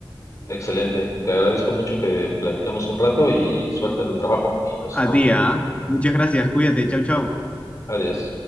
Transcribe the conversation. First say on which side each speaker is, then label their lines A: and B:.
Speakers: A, on the left; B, on the left.
A: Excelente. Te agradezco mucho que platicamos un rato y suerte en el trabajo y nos
B: A
A: estamos
B: ti,
A: viendo.
B: ¿ah? Muchas gracias, cuídate, chau, chau.
A: A- Adiós.